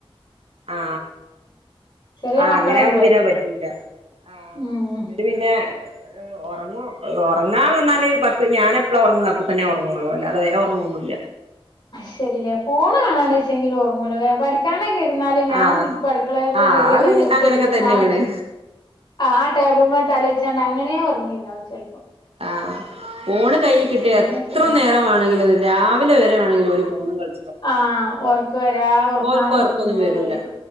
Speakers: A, on the right (about 80°); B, on the left (about 45°).
A: ആ
B: ചെറിയ
A: ആ
B: മക്കളാവുമ്പളേ
A: അങ്ങനാകുമ്പോ പിന്നെ അത് പറ്റൂല്ല ആ
B: ഉം
A: ഇവര് പിന്നെ ഒറങ്ങും ഒറങ്ങാ വന്നാല് പത്ത് ഞാനെപ്പളാ ഒറങ്ങുന്നത് അപ്പതന്നെ ഒറങ്ങള്ളൂ അല്ലാതെ വേം ഒറങ്ങൊന്നുല്ല
B: ശെരില്ലേ ഫോൺ ആണാണ് ച്ചെങ്കില് ഒറങ്ങുല്ല വെ പഠി <unintelligible> ഇരുന്നാലും ഞാൻ
A: ആഹ്
B: അടുക്കളത്തെ
A: ആഹ്
B: ജോലിയൊക്കെ
A: അത്
B: കഴിഞ് ഒതുക്കരുമ്പോ
A: അങ്ങനൊക്കെ തന്നെയാണ്
B: ആ ടേബിൾ
A: ആഹ്
B: തലവെച്ച്ങ്ങാ അങ്ങനെയെ ഒറങ്ങിണ്ടാവും ചെലപ്പോം
A: ആ ഫോണ് കയ്യു കിട്ടിയ
B: അങ്ങനെയൊക്കെ
A: എത്ര നേരം വാണെങ്കിലും അത് രാവിലെ വരെ വാണെങ്കിൽ ഓല് ഫോണും കളി
B: ആ ഉറക്ക് വരാ ഉറങ്ങാതെ
A: ഓൽക്ക് ഒറക്കൊന്നും
B: നക്കുന്നോളൂ
A: വരൂല
B: പോല്